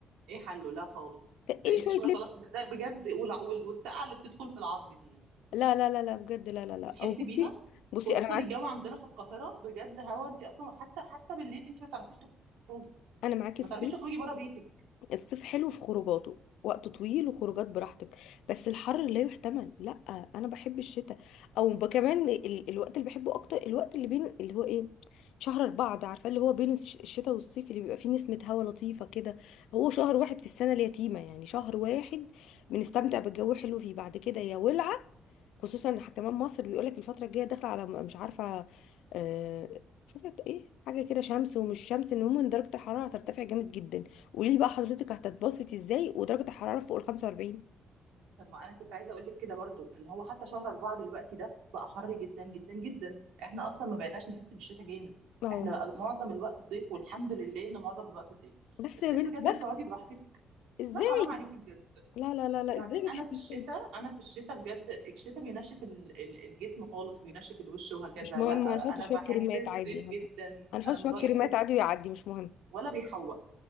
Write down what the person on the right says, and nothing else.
ايه حله لا خالص
تقلت
شويه خلاص
بز- بجد وال- وال- والسقعه اللي بتدخل في العظم دي يعني
مش
بتحسي
بيها
خصوصا
الجو عندنا في القاهره بجد هوا انت اصلا حتى حتى بالليل انت ما تعرفيش تخرجي
ما
تعرفيش تخرجي بره بيتك
طب ما انا كنت عايزه اقول لك كده برضو ان هو حتى شهر اربعه دلوقتي ده بقى حر جدا جدا جدا احنا اصلا ما بقيناش نحس بالشتاء جامد
احنا بقى معظم الوقت صيف والحمد لله ان معظم الوقت صيف
الصيف
بجد
بتقعدي براحتك
لا حرام عليكي بجد
وبعدين
انا
في الشتاء
انا في الشتاء بجد الشتاء بينشف ال- ال- الجسم خالص وبينشف الوش وهكذا
لا
انا
بحب
الصيف
جدا
انا
من رايي
الصيف
ولا بيحوق